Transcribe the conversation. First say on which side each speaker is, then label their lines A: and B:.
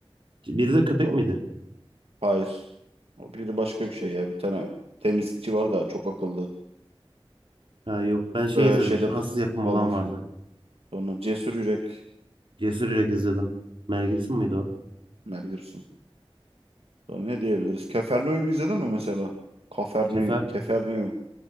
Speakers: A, on the right; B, on the right.
A: C- Biri de köpek
B: Bu arada.
A: miydi?
B: Hayır. O biri başka bir şey ya. Bir tane temizlikçi var da çok akıllı.
A: Ha yok. Ben şey
B: Ee,
A: izledim.
B: şeyde
A: Fransız yapımı
B: falan
A: olan
B: filan.
A: vardı.
B: Sonra Cesur Yürek.
A: Cesur Yürek izledim. Mel Gibson mıydı o?
B: Mel Gibson. Sonra ne diyebiliriz? Keferneum izledin mi mesela? Kaferneum,
A: Kefe
B: Keferneum.